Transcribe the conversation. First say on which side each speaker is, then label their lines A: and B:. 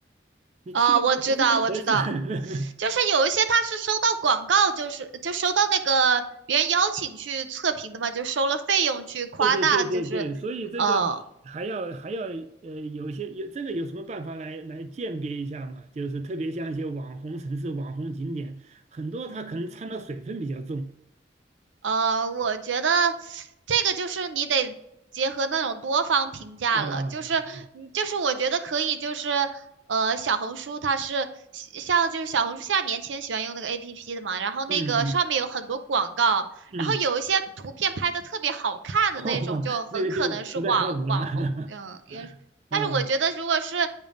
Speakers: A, on the right; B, on the right.
A: 你去了不是那么回事。
B: 哦，我知道，我知道，
A: <laughs>
B: 就是有一些他是收到广告，就是就收到那个别人邀请去测评的嘛，就收了费用去夸大，
A: 对对对对对，
B: 就是，
A: 所以这个还要还要呃，
B: 呃，
A: 有一些有这个有什么办法来来鉴别一下嘛？就是特别像一些网红城市、网红景点，很多它可能掺的水分比较重
B: 嗯。呃，我觉得这个就是你得结合那种多方评价了，
A: 啊，
B: 就是你就是我觉得可以，就是呃，小红书它是喜像就是小红书现在年轻人喜欢用那个 APP 的嘛，然后那个上面有很多广告，
A: 嗯嗯嗯，
B: 然后有一些图片拍的特别好看的那种，
A: <laughs> 哦，
B: 就很可能是网网红，
A: 那个就不太靠谱了，<laughs>
B: 嗯，也但是我觉得如果是
A: 啊